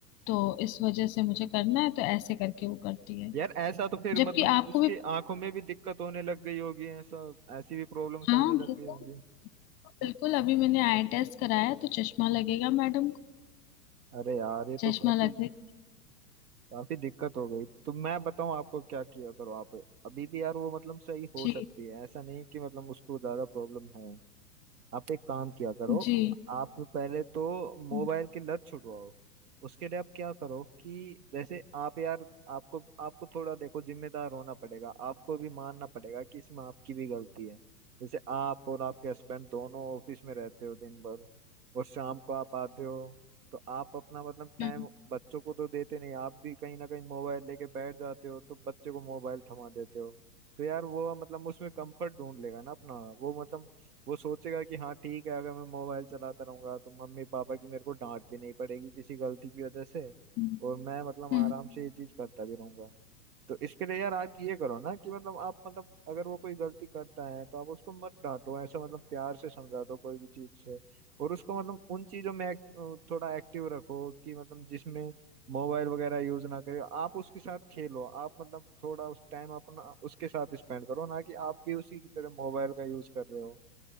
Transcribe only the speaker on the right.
यार ऐसा तो फिर
मतलब
उसकी
आंखों में भी दिक्कत होने लग गई होगी ऐसा ऐसी भी प्रॉब्लम्स
आने
लग गई होंगी
अरे यार ये
तो काफी
काफी दिक्कत हो गई तो मैं बताऊं आपको क्या किया करो आप अभी भी यार वो मतलब सही हो
सकती है ऐसा नहीं कि मतलब उसको ज्यादा प्रॉब्लम है आप एक काम किया करो
आप पहले तो मोबाइल
की लत छुड़वाओ उसके लिए आप क्या करो कि जैसे आप यार आपको आपको थोड़ा देखो जिम्मेदार होना पड़ेगा आपको भी मानना पड़ेगा कि इसमें आपकी भी गलती है जैसे आप और आपके हस्बैंड दोनों ऑफिस में रहते हो दिन भर और शाम को आप आते हो तो आप अपना मतलब टाइम
बच्चों को तो देते नहीं आप भी कहीं ना कहीं मोबाइल लेके बैठ जाते हो तो बच्चे को मोबाइल थमा देते हो तो यार वो मतलब उसमें कंफर्ट ढूंढ लेगा ना अपना वो मतलब वो सोचेगा कि हाँ ठीक है अगर मैं मोबाइल चलाता रहूंगा तो मम्मी पापा की मेरे को डांट भी नहीं पड़ेगी किसी गलती की वजह से
और मैं मतलब
आराम से ये चीज करता भी रहूंगा तो इसके लिए यार आप ये करो ना कि मतलब आप मतलब अगर वो कोई गलती करता है तो आप उसको मत डांटो ऐसा मतलब प्यार से समझा दो कोई भी चीज से और उसको मतलब उन चीजों में एक- थोड़ा एक्टिव रखो कि मतलब जिसमें मोबाइल वगैरह यूज ना करे आप उसके साथ खेलो आप मतलब थोड़ा उस टाइम अपना उसके साथ स्पेंड करो ना कि आप भी उसी की तरह मोबाइल का यूज कर रहे हो